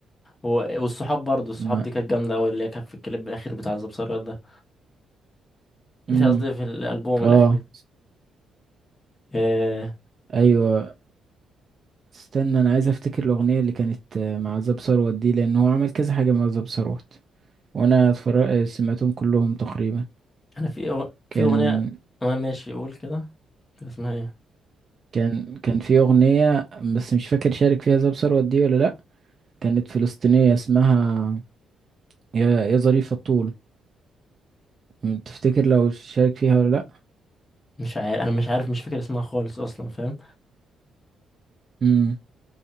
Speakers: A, on the left; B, on the right.
A: هو والصحاب برضه الصحاب
B: ما
A: دي كانت جامده قوي اللي هي كانت في الكليب الاخير بتاع عذاب ثروت ده مش
B: امم
A: قصدي في الالبوم
B: اه
A: الاخير آه
B: ايوه استنى انا عايز افتكر الاغنيه اللي كانت آه، مع زاب ثروت دي لان هو عمل كذا حاجه مع زاب ثروت وانا اتفرج سمعتهم كلهم تقريبا
A: انا في أغ... في
B: كان
A: اغنيه اه ماشي قول كده كان اسمها ايه
B: كان كان في اغنيه بس مش فاكر شارك فيها زاب ثروت دي ولا لا كانت فلسطينيه اسمها يا يا ظريف الطول م- تفتكر لو شارك فيها ولا لا
A: مش عارف انا مش عارف مش فاكر اسمها خالص اصلا فاهم
B: امم